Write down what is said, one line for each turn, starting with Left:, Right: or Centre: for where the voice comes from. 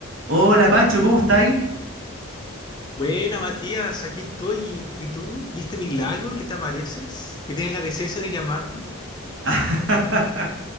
Right: Hola Pancho, ¿cómo estáis?
Left: Buena, Matías, aquí estoy. ¿Y tú? ¿Y este milagro que te apareces? ¿Que tienes la decencia de llamarme?
Right: <laughs>